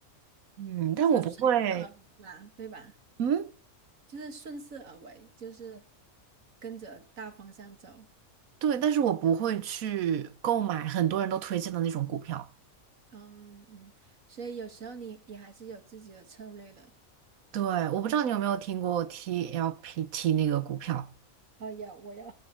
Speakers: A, on the right (about 85°); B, on the right (about 70°).
A: <laughs> 嗯，但我不会，
B: 就顺势而为吧，对吧？
A: 嗯，
B: 就是顺势而为，就是跟着大方向走。
A: 对，但是我不会去购买很多人都推荐的那种股票，
B: 嗯嗯，所以有时候你也还是有自己的策略的。
A: 对，我不知道你有没有听过 TLPT 那个股票。
B: 哦，有，我有。